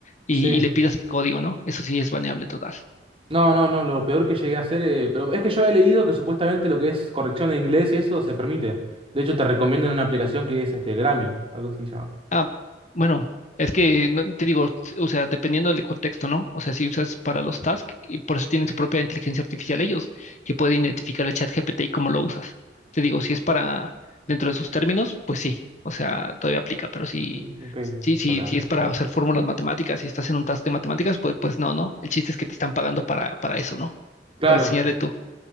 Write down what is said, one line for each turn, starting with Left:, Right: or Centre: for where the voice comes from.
Left: y,
Right: Sí.
Left: y le pidas el código, ¿no? Eso sí es baneable total.
Right: No, no, no, lo peor que llegué a hacer, eh, pero es que yo he leído que supuestamente lo que es corrección de inglés y eso se permite. De hecho, te recomiendan una aplicación que es este Grammy, algo así se llama.
Left: Ah, bueno, es que no- te digo, o sea, dependiendo del contexto, ¿no? O sea, si usas para los tasks, y por eso tienen su propia inteligencia artificial ellos, que pueden identificar el chat GPT y cómo lo usas. Te digo, si es para dentro de sus términos, pues sí, o sea, todavía aplica, pero si,
Right: Mm, Ok,
Left: sí, sí,
Right: hola.
Left: si es para hacer fórmulas matemáticas y estás en un task de matemáticas, pues, pues no, no. El chiste es que te están pagando para, para eso, ¿no?
Right: Claro,
Left: Para enseñarle tú.